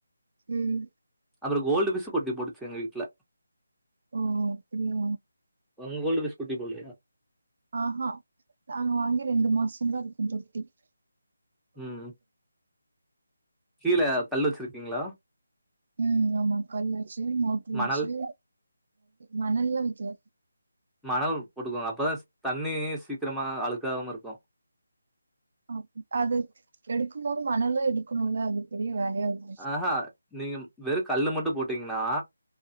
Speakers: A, on the right (about 55°); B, in the centre.
A: ம்
B: அப்பறம் கோல்டு பிஷு குட்டி போட்டுச்சு எங்க வீட்ல
A: ஓ அப்டியா
B: ஒங்க கோல்டு பிஷ் குட்டி போடலயா
A: ம்ஹா நாங்க வாங்கி ரெண்டு மாசோந்தா இருக்கு <unintelligible>
B: ம் கீழ கல்லு வச்சிருக்கீங்களா
A: ம் ஆமா கல்லு வச்சு மோட்ரு வச்சு
B: மணல்
A: மணல்லா வக்கில
B: மணல் போட்டுகோங்க அப்போ தா தண்ணி சீக்கிரமா அழுக்காவாம இருக்கு
A: ஆ அது எடுக்கும்போது மணலு எடுக்கணுல அது பெரிய வேலயா இருக்கு
B: ம்ஹா நீங்க வெறு கல்லு மட்டு போட்டீங்கனா